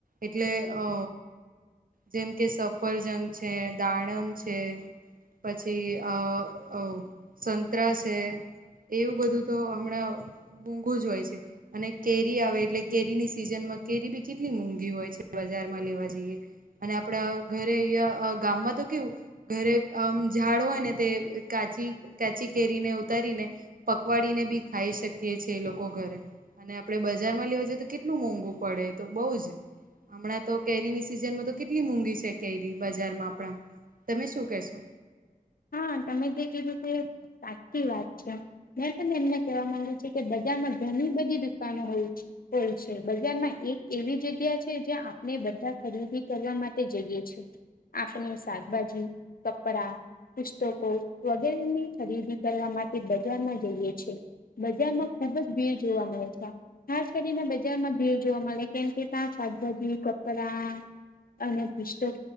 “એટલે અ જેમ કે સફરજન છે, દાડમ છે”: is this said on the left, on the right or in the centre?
Right